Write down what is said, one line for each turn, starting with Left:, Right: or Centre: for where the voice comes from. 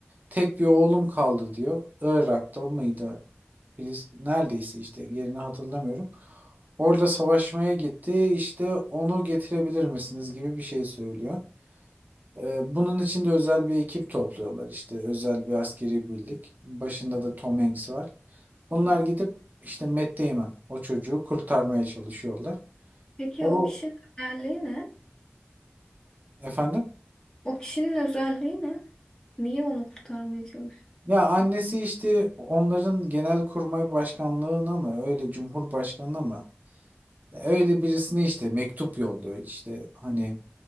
Right: tek bir oğlum kaldı diyor. Irak'ta mıydı? Filiz neredeyse işte yerini hatırlamıyorum. Orada savaşmaya gitti. İşte onu getirebilir misiniz gibi bir şey söylüyor. Ee, Bunun için de özel bir ekip topluyorlar işte özel bir askeri birlik. Başında da Tom Hanks var. Bunlar gidip işte Matt Damon o çocuğu kurtarmaya çalışıyorlar.
Left: Peki
Right: O
Left: o kişinin özelliği ne?
Right: efendim
Left: O kişinin özelliği ne? Niye onu kurtarmaya çalışıyor?
Right: ya annesi işte onların genelkurmay başkanlığına mı öyle cumhurbaşkanına mı öyle birisine işte mektup yolluyor işte hani